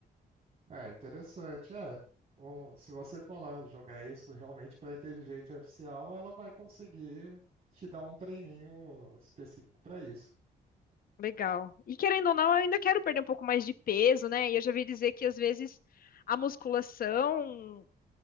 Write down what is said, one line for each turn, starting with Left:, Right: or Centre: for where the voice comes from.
Right: É interessante, é. Um, se você falar, jogar isso realmente para a inteligência artificial, ela vai conseguir te dar um treininho específico para isso.
Left: Legal. E querendo ou não, eu ainda quero perder um pouco mais de peso, né? E eu já vi dizer que às vezes a musculação.